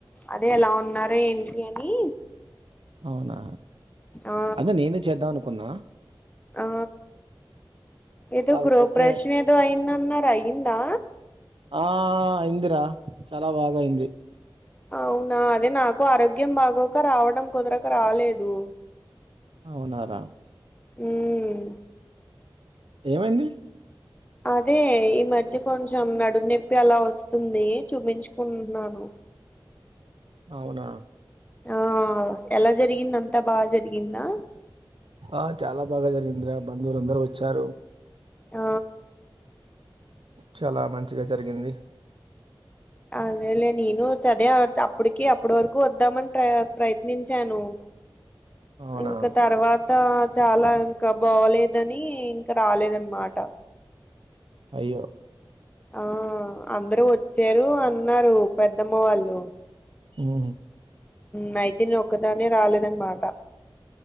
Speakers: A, on the left; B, on the right.
A: అదే ఎలా ఉన్నార ఏంటి అనీ
B: అవునా
A: ఆ
B: అదే నేనే చేద్దామనుకున్న.
A: ఆ ఏదో
B: కాకపోతే
A: గృహప్రవేశం ఏదో అయిందన్నారు అయిందా?
B: ఆ అయింది రా చాల బాగ అయింది.
A: అవునా అదే నాకు ఆరోగ్యం బాగోక రావడం కుదరక రాలేదు.
B: అవునా రా
A: మ్మ్
B: ఏమయింది?
A: అదే ఈ మధ్య కొంచెం నడుము నొప్పి అలా వస్తుంది చూపించ్చుకుంటున్నాను.
B: అవునా
A: ఆ ఎలా జరిగింది అంతా బాగ జరిగిందా?
B: ఆ చాల బాగ జరిగింది రా, బంధువులు అందరు వచ్చారు
A: ఆ
B: చాలా మంచిగ జరిగింది.
A: అదేలే నేను చదే చప్పటికి అప్పడి వరకు వద్దామని ట్రయ ప్రయత్నించాను. అ <inaudible>
B: అవునా
A: ఇంక తర్వాత చాలా ఇంక బాలేదని ఇంక రాలేదనమాట
B: అయ్యో
A: ఆ అందరూ వచ్చారు అన్నారు పెద్దమ్మ వాళ్ళు
B: మ్హ్
A: మ్ అయితే నేన్ ఒక్కదాన్నే రాలేదు అనమాట.